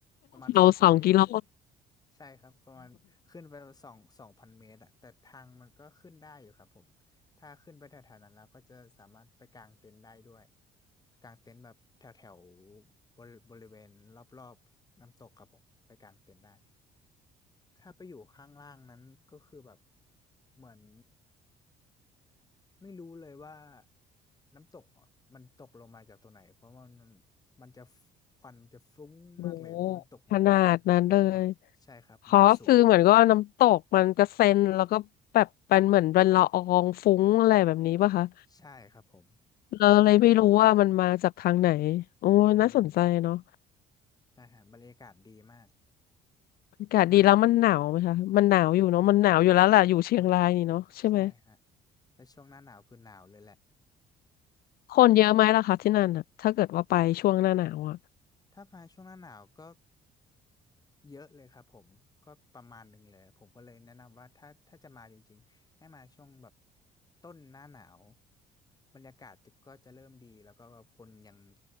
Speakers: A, on the left; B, on the left.
A: ประมาณสองพันเมตร
B: เราสองกิโล
A: ใช่ครับประมาณขึ้นไปสองสองพันเมตรอะแต่ทางมันก็ขึ้นได้อยู่ครับผมถ้าขึ้นไปแถวๆนั้นแล้วก็จะสามารถไปกางเต็นท์ได้ด้วยกางเต็นท์แบบแถวแถวบริบริเวณรอบๆน้ำตกครับผมไปกางเต็นท์ได้ถ้าไปอยู่ข้างล่างนั้นก็คือแบบเหมือนไม่รู้เลยว่าน้ำตกอะมันตกลงมาจากตัวไหนเพราะมันมันจะฟควันมันจะฟุ้งมากเลยเพราะมันตกมาจาก
B: โอ้ขนาดนั้นเลย
A: ความใช่ครับมันจะสูงมาก
B: เพราะคือเหมือนก็น้ำตกมันกระเซ็นแล้วก็แบบเป็นเหมือนเป็นละอองฟุ้งอะไรแบบนี้ป่ะคะ
A: ใช่ครับผม
B: เราเลยไม่รู้ว่ามันมาจากทางไหนโอ้น่าสนใจเนาะ
A: อืมอาหารบรรยากาศดีมาก
B: อากาศดีแล้วมันหนาวไหมคะมันหนาวอยู่เนาะมันหนาวอยู่แล้วแหละอยู่เชียงรายนี่เนาะใช่ไหม
A: ถ้ามามาใช่ฮะแต่ช่วงหน้าหนาวคือหนาวเลยแหละ
B: คนเยอะไหมล่ะคะที่นั่นอ่ะถ้าเกิดว่าไปช่วงหน้าหนาวอ่ะ
A: ถ้ามาช่วงหน้าหนาวก็เยอะเลยครับผม ก็ประมาณหนึ่งเลยผมก็เลยแนะนำว่าถ้าถ้าจะมาจริงๆ ให้มาช่วงแบบต้นหน้าหนาวบรรยากาศจะก็จะเริ่มดีแล้วก็แบบคนยัง